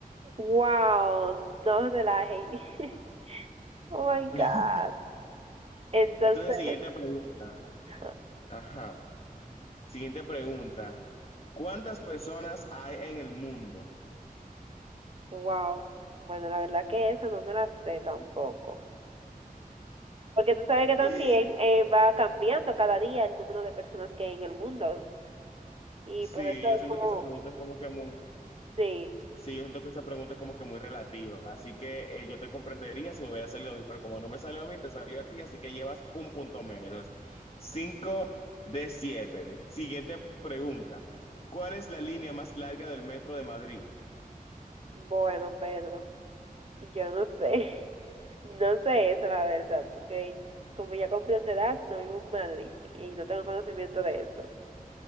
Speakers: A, on the right; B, on the left.
A: Wow, no de la hey <laughs> Oh my God.
B: <laughs>
A: Entonces,
B: Entonces, siguiente pregunta.
A: ajá,
B: Ajá. Siguiente pregunta. ¿Cuántas personas hay en el mundo?
A: wow. Bueno, la verdad que esa no me la sé tampoco. Porque tú sabes que también
B: <laughs>
A: eh, va cambiando cada día el número de personas que hay en el mundo. Y
B: Sí,
A: por eso
B: yo
A: es
B: siento
A: como,
B: que esa pregunta es como que muy,
A: sí,
B: Sí, yo siento que esa pregunta es como que muy relativa, así que eh, yo te comprendería si me hubiera salido a mí, pero como no me salió a mí, te salió a ti, así que llevas un punto menos. Cinco de siete. Siguiente pregunta. ¿Cuál es la línea más larga del metro de Madrid?
A: bueno, Pedro, yo no sé. <laughs> No sé eso, la verdad, porque como ya con de no vivo en Madrid y no tengo conocimiento de eso.